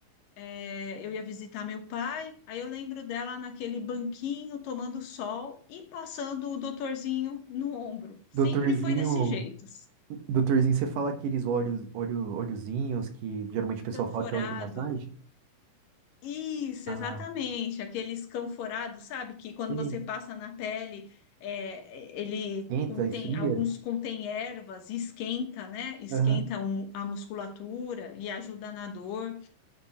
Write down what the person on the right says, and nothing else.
Doutorzinho.
Doutorzinho, você fala aqueles olhos, olho, olhozinhos que geralmente o pessoal
fala que é óleo de massagem?
Ah,
sei.
Entra,
esfria.
Aham,